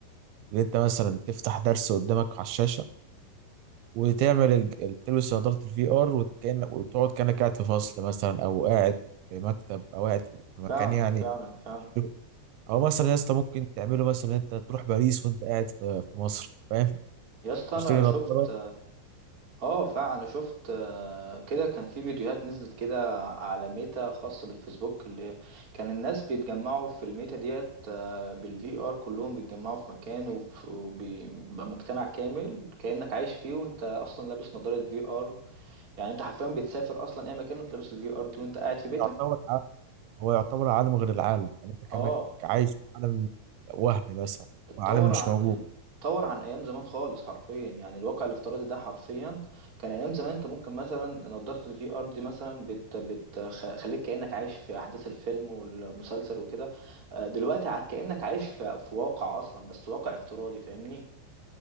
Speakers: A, on the right; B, on the right.
A: ان انت مثلا تفتح درس قدامك على الشاشه وتعمل الج- ال- تلبس نظاره الفي ار وكأن وتقعد كانك قاعد في فصل مثلا او قاعد في مكتب او قاعد في في مكان
B: فعلا
A: يعني
B: فعلا فعلا
A: تشوف. او مثلا يا اسطى ممكن تعمله مثلا انت تروح باريس وانت قاعد في في مصر فاهم
B: يا اسطى
A: تشتري
B: انا
A: نظاره
B: شفت اه فعلا انا شفت آه، كده كان في فيديوهات نزلت كده على ميتا خاصة بالفيسبوك اللي كان الناس بيتجمعوا في الميتا ديت آه، بالفي ار كلهم بيتجمعوا في مكان وف- وبيبقى مجتمع كامل كأنك عايش فيه وانت اصلا لابس نظارة في ار يعني انت حرفيا بتسافر اصلا اي مكان وانت لابس الفي ار دي وانت قاعد في بيتك
A: يعتبر ع- هو يعتبر عالم غير العالم يعني انت كانك
B: اه
A: عايش في عالم وهمي مثلا
B: اتطور
A: عالم مش
B: عن
A: موجود
B: اتطور عن ايام زمان خالص حرفيا يعني الواقع الافتراضي ده حرفيا كان ايام زمان انت ممكن مثلا نضاره الفي ار دي مثلا بت بتخليك كانك عايش في احداث الفيلم والمسلسل وكده آه، دلوقتي عاد كانك عايش في في واقع اصلا بس واقع افتراضي فاهمني